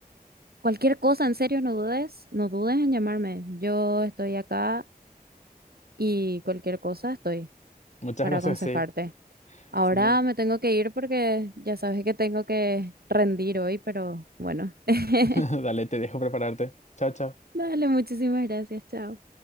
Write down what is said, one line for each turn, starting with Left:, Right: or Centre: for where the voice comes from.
Right: cualquier cosa, en serio, no dudes, no dudes en llamarme. Yo estoy acá y cualquier cosa estoy
Left: Muchas
Right: para
Left: gracias,
Right: aconsejarte.
Left: sí.
Right: Ahora
Left: Sí.
Right: me tengo que ir porque ya sabes que tengo que rendir hoy, pero bueno. <laughs>
Left: <laughs> Dale, te dejo prepararte. Chao, chao.
Right: Dale, muchísimas gracias, chao.